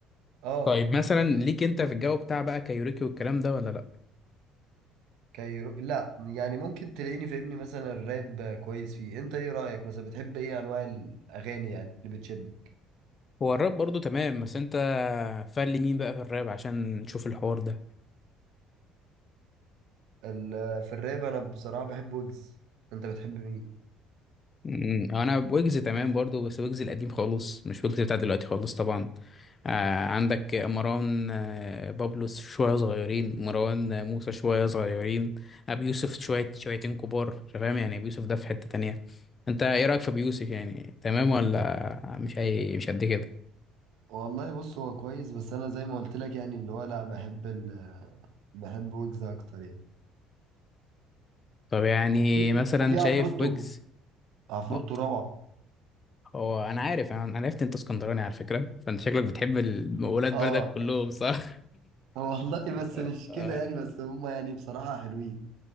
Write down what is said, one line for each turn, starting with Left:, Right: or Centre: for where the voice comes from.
Right: اه
Left: طيب مثلا ليك انت في الجو بتاع بقى كايوريكي والكلام ده ولا لا
Right: كايرو لا يعني ممكن تلاقيني فاهمني مثلا الراب كويس فيه انت ايه رأيك مثلا بتحب ايه انواع الاغاني يعني اللي بتشدك
Left: هو الراب برضو تمام بس انت فل مين بقى في الراب عشان نشوف الحوار ده
Right: ال- في الراب انا بصراحة بحب ويجز انت بتحب مين
Left: امم، انا ويجز تمام برضو بس ويجز القديم خالص مش ويجز بتاع دلوقتي خالص طبعا آه عندك مروان آه بابلو شوية صغيرين مروان آه، موسى شوية صغيرين أبي يوسف شوية شويتين كبار أنت فاهم يعني أبي يوسف ده في حتة تانية أنت إيه رأيك في أبي يوسف يعني تمام ولا مش أي مش قد كده
Right: والله بص هو كويس بس انا زي ما قلت لك يعني اللي هو لا بحب ال بحب ويجز اكتر يعني
Left: طب يعني
Right: وفي
Left: مثلا
Right: وفي
Left: شايف
Right: عفروتو
Left: ويجز
Right: عفروتو
Left: ما-
Right: روعة
Left: هو انا عارف انا أنا عرفت انت اسكندراني على فكره فانت شكلك بتحب ال- ولاد
Right: اه
Left: بلدك كلهم صح
Right: والله بس
Left: <laughs>
Right: مش
Left: آه،
Right: كده يعني بس هما يعني بصراحة حلوين